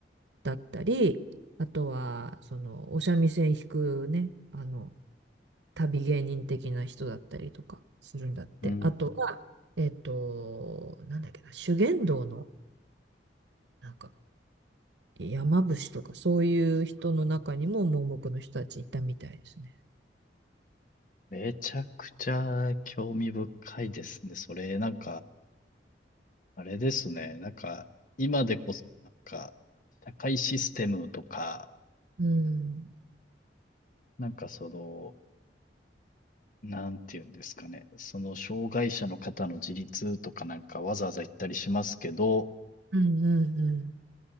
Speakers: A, on the right; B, on the left.
A: だったり、あとは、その、お三味線弾くね、あの、旅芸人的な人だったりとかするんだって。
B: うん、
A: あとは、えっと、なんだっけな、修験道の、なんか、山伏とか、そういう人の中にも盲目の人たちいたみたいですね。
B: めちゃくちゃ興味深いですね。それ、なんか、あれですね。なんか、今でこそ、なんか、社会システムとか、
A: うん。
B: なんかその、なんていうんですかね。その、障害者の方の自立とかなんかわざわざ言ったりしますけど、
A: うんうんうん。